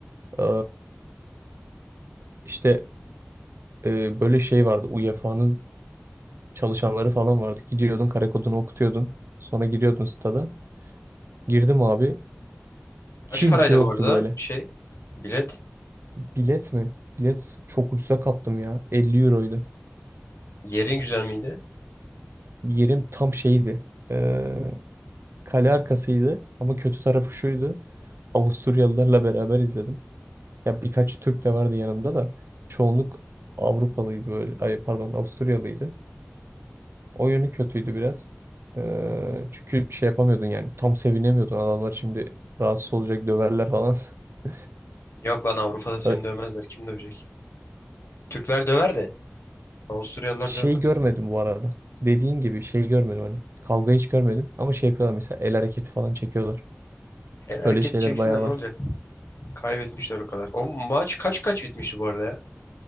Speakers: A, on the right (about 60°); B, on the left (about 70°).
A: Ee, işte e, böyle şey vardı. UEFA'nın çalışanları falan vardı. Gidiyordun kare kodunu okutuyordun. Sonra giriyordun stada. Girdim abi.
B: Kaç
A: Kimse
B: paraydı
A: yoktu
B: bu arada
A: böyle.
B: şey bilet?
A: Bilet mi? Bilet çok ucuza kaptım ya. 50 euroydu.
B: Yerin güzel miydi?
A: Yerim tam şeydi. Ee, kale arkasıydı. Ama kötü tarafı şuydu. Avusturyalılarla beraber izledim. Ya birkaç Türk de vardı yanımda da. Çoğunluk Avrupalıydı böyle. Ay pardon Avusturyalıydı. O yönü kötüydü biraz. Ee, çünkü şey yapamıyordun yani. Tam sevinemiyordun. Adamlar şimdi rahatsız olacak döverler falan. <laughs>
B: Yok lan Avrupa'da seni
A: Ö-
B: dövmezler. Kim dövecek? Türkler döver de Avusturyalılar
A: Şey
B: dövmez.
A: görmedim bu arada. Dediğin gibi şey görmedim hani. Kavga hiç görmedim. Ama şey yapıyorlar mesela el hareketi falan çekiyorlar.
B: El hareketi
A: Öyle şeyler
B: çeksinler
A: bayağı
B: ne
A: var.
B: olacak? Kaybetmişler o kadar. O maç kaç kaç bitmişti bu arada ya?